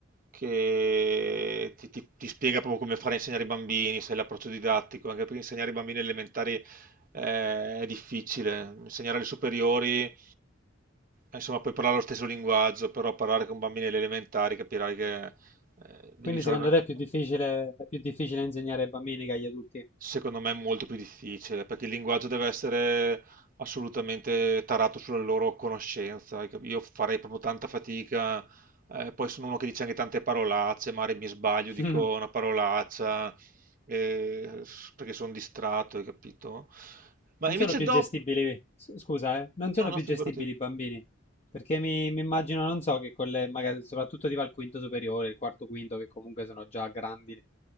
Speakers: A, on the right; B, on the left.
A: che ti, ti- ti spiega proprio come fare a insegnare i bambini, sai, l'approccio didattico, anche perché insegnare i bambini elementari eh, è difficile, insegnare alle superiori, eh, insomma, puoi parlare lo stesso linguaggio, però parlare con bambini alle elementari capirai che eh, devi
B: quindi
A: usare
B: secondo
A: una,
B: te è più difficile, è più difficile insegnare ai bambini che agli adulti?
A: Secondo me è molto più difficile, perché il linguaggio deve essere assolutamente tarato sulla loro conoscenza. hai cap- Io farei proprio tanta fatica, eh, poi sono uno che dice anche tante parolacce, magari mi sbaglio,
B: <laughs>
A: dico una parolaccia, eh, s- perché sono distratto, hai capito? Ma
B: Non
A: invece
B: sono più
A: dopo...
B: gestibili, s- scusa, eh, non sono
A: No, no,
B: più
A: figurati.
B: gestibili i bambini, perché mi, mi immagino, non so, che con le, magari, soprattutto tipo al quinto superiore, il quarto quinto, che comunque sono già grandi,